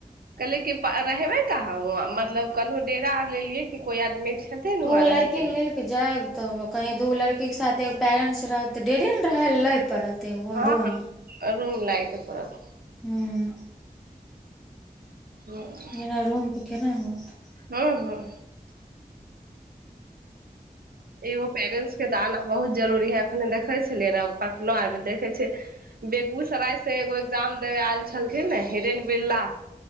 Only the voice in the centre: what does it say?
दू
लड़की
मिल जाएब त कहीं दूगो लड़की के साथ ऐगो पैरेन्ट्स रहत त डेरे ने रहे ला पड़त ऐगो
रूम।
हूँ।
बिना रूम के केना होयत।